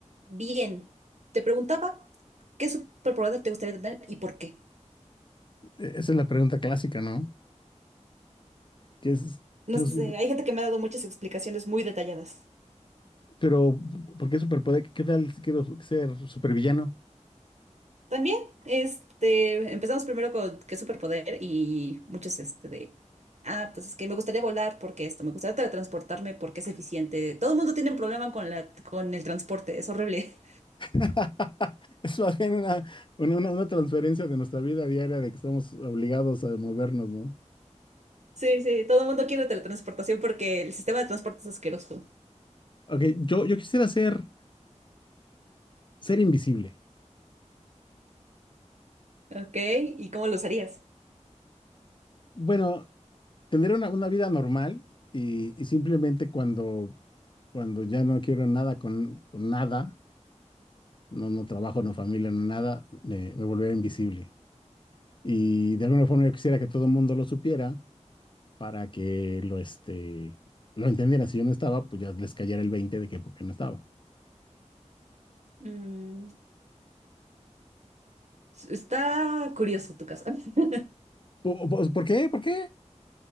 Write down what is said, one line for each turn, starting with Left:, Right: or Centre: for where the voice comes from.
Right: Bien, te preguntaba qué superpoder te gustaría tener y por qué.
Left: E- Esa es la pregunta clásica, ¿no? ¿Qué es,
Right: No
Left: qué
Right: sé,
Left: es-
Right: hay gente que me ha dado muchas explicaciones muy detalladas.
Left: pero, ¿por qué superpoder? ¿Qué tal si quiero ser supervillano?
Right: También, este, empezamos primero con qué superpoder y muchos, este, de, ah, pues es que me gustaría volar porque esto, me gustaría teletransportarme porque es eficiente. Todo el mundo tiene un problema con la, con el transporte, es horrible. <laughs>
Left: <laughs> Es más bien una, una, una- una transferencia de nuestra vida diaria de que estamos obligados a movernos, ¿no?
Right: Sí, sí, todo el mundo quiere teletransportación porque el sistema de transporte es asqueroso.
Left: Ok, yo, yo quisiera ser, ser invisible.
Right: Ok, ¿y cómo lo usarías?
Left: Bueno, tener una, una vida normal y, y simplemente cuando, cuando ya no quiero nada con, con nada, no, no trabajo, no familia, no nada, me, me volveré invisible. Y de alguna forma yo quisiera que todo el mundo lo supiera para que lo, este, lo entendieran. Si yo no estaba, pues ya les cayera el 20 de que por qué no estaba.
Right: Mm, s- está curioso tu caso. <laughs>
Left: Po- po- ¿Por, qué? ¿Por qué?